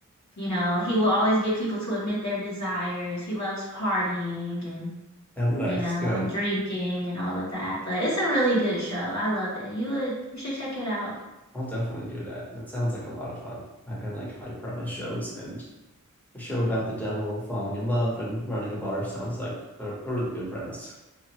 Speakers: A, on the left; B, in the centre.
A: You know, he will always get people to admit their desires. He loves partying and,
B: I don't know.
A: you
B: It's
A: know,
B: good.
A: drinking and all of that. But it's a really good show. I love it. You would you should check it out.
B: I'll definitely do that. That sounds like a lot of fun. I, I like high premise shows, and a show about the devil falling in love and running a bar sounds like a, a really good premise.